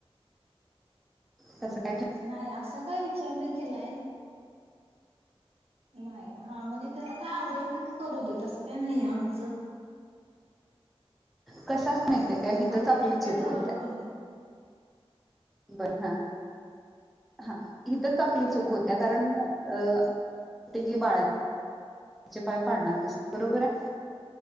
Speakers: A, in the centre; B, on the right.
A: तस
B: अ
A: काय ठ
B: नाही असा काही विचार नाही केलाय. नाही हा म्हणजे त्याला काय आवडेल ते तू करू देेत असं काय नाहीय आमचं.
A: कसास माहितीये का हीथच
B: आणि असं
A: आपली
B: काय
A: चूक
B: ठरवलं
A: होत्या.
B: पण नाही
A: बर हा. हा हिथच आपली
B: बोला
A: चूक
B: की मग.
A: होत्या कारण अ, <unintelligible> बाळा चे पाय पाळणात दिस बरोबर आहे.